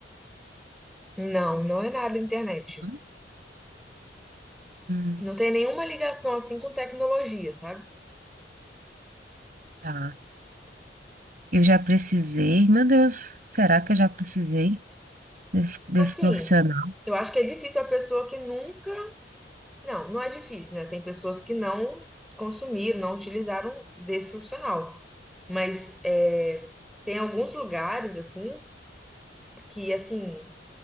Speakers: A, in the centre; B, on the right.
A: Não, não é nada internet.
B: Não? Hum,
A: Não tem nenhuma ligação assim com tecnologia, sabe?
B: tá. Eu já precisei. Meu Deus, será que eu já precisei desse, desse
A: Assim,
B: profissional?
A: eu acho que é difícil a pessoa que nunca. Não, não é difícil, né? Tem pessoas que não consumiram, não utilizaram desse profissional. Mas é, tem alguns lugares, assim, que, assim,